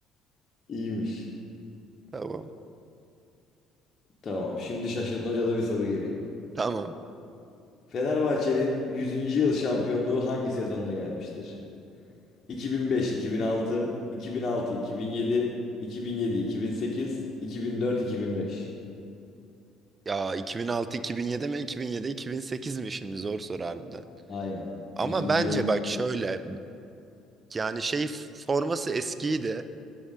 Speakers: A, on the left; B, on the right.
A: İyiymiş.
B: Tamam.
A: Tamam. Şimdi şaşırtmacalı bir soru geliyor.
B: Tamam.
A: Fenerbahçe'nin yüzüncü yıl şampiyonluğu hangi sezonda gelmiştir? bin bin beş-iki bin altı, iki bin altı-iki bin beş, iki iki iki iki iki altı, altı, yedi, yedi, bin sekiz, iki bin dört, iki bin beş.
B: Ya 2006-2007 mi? 2007-2008 mi şimdi? Zor soru harbiden.
A: Aynen.
B: Ama
A: Yüzüncü
B: bence
A: yıl
B: bak şöyle yani şey forması eskiydi.